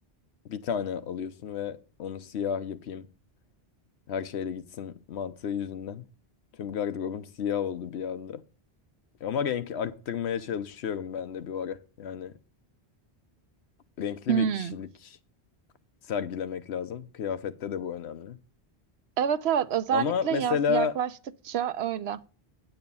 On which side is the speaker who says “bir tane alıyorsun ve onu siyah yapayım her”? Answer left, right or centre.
Left